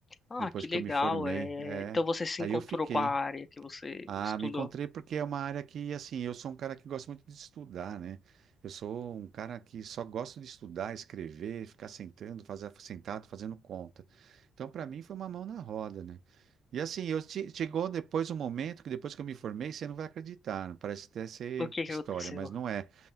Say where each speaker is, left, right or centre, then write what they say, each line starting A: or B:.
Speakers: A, on the left (about 25°); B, on the right (about 65°).
A: Ah,
B: depois
A: que
B: que
A: legal.
B: eu me formei,
A: É...
B: é.
A: Então você se
B: Aí
A: encontrou
B: eu fiquei.
A: com a área que você
B: Ah,
A: estudou.
B: me encontrei porque é uma área que, assim, eu sou um cara que gosta muito de estudar, né? Eu sou um cara que só gosto de estudar, escrever, ficar sentando, fazer, sentado, fazendo conta. Então, para mim, foi uma mão na roda, né? E assim, eu che- chegou depois um momento que depois que eu me formei, você não vai acreditar, parece até ser
A: O que que
B: história,
A: aconteceu?
B: mas não é.